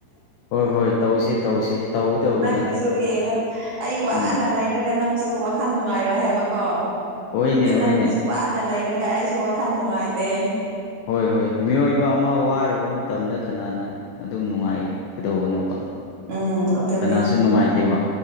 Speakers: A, on the left; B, on the right.
A: ꯍꯣꯏ ꯍꯣꯏ ꯇꯧꯁꯦ ꯇꯧꯁꯦ ꯇꯧꯒꯗꯧꯕꯅꯦ
B: ꯅꯪꯅꯁꯨ ꯌꯦꯡꯉ ꯑꯩ ꯋꯥꯅ
A: ꯎꯝ
B: ꯂꯩ ꯔꯒ ꯅꯪꯁꯨ ꯋꯥꯈꯜ ꯅꯨꯡꯉꯥꯏꯔꯣꯏ ꯍꯥꯏꯕꯀꯣ
A: ꯍꯣꯏꯅꯦ ꯍꯣꯏꯅꯦ
B: ꯅꯪꯅꯁꯨ ꯋꯥꯅ ꯂꯩꯔꯒ ꯑꯩꯁꯨ ꯋꯥꯈꯜ ꯅꯨꯡꯉꯥꯏꯇꯦ
A: ꯍꯣꯏ ꯍꯣꯏ ꯃꯤꯑꯣꯏꯕ ꯑꯃ ꯋꯥꯔꯕ ꯃꯇꯝꯗ ꯀꯅꯥꯅ ꯑꯗꯨꯝ ꯅꯨꯡꯉꯥꯏꯒꯗꯧꯕꯅꯣꯕ
B: ꯎꯝ ꯑꯗꯨꯅꯦ
A: ꯀꯅꯥꯁꯨ ꯅꯨꯡꯉꯥꯏꯇꯦꯕ